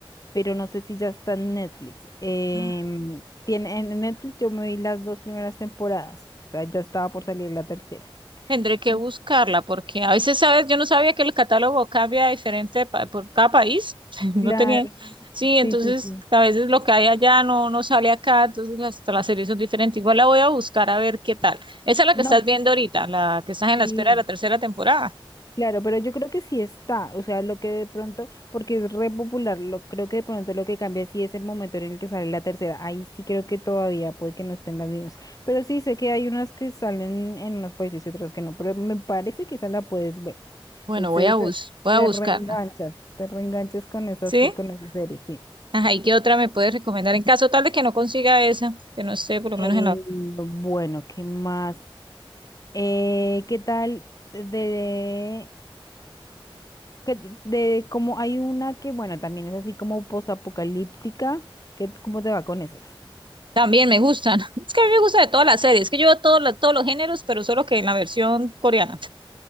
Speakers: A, on the left (about 40°); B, on the right (about 60°).
A: pero no sé si ya está en Netflix. Em,
B: Mm.
A: tiene, en Netflix yo me vi las dos primeras temporadas, o sea, ya estaba por salir la tercera.
B: Tendré que
A: Y
B: buscarla porque a veces, ¿sabes? Yo no sabía que el catálogo cambia diferente pa- por cada país. <laughs> No
A: Claro,
B: tenía. Sí, entonces
A: sí, sí, sí.
B: a veces lo que hay allá no, no sale acá, entonces hasta las series son diferentes. Igual la voy a buscar a ver qué tal. Esa es la
A: No,
B: que estás viendo ahorita, la que estás en
A: sí.
B: la espera de la tercera temporada.
A: Claro, pero yo creo que sí está, o sea, lo que de pronto, porque es re popular, lo, creo que de pronto lo que cambia sí es el momento en el que sale la tercera, ahí sí creo que todavía puede que no estén las mismas, pero sí sé que hay unas que salen en unos países y otras que no, pero me parece que esa la puedes ver,
B: Bueno,
A: entonces
B: voy a bus
A: te,
B: voy
A: te
B: a buscarla.
A: reenganchas, te reenganchas con esas,
B: ¿Sí?
A: con esas series, sí.
B: Ajá, ¿y qué otra me puedes recomendar? En caso tal de que no consiga esa, que no esté por
A: Eh,
B: lo menos en la...
A: bueno, ¿qué más? Eh, ¿qué tal de, que de de como hay una que, bueno, también es así como posapocalíptica, que ¿cómo te va con esas?
B: También me gustan. <laughs> Es que a mí me gusta de todas las series, que yo veo todos los- todos los géneros, pero solo que en la versión coreana.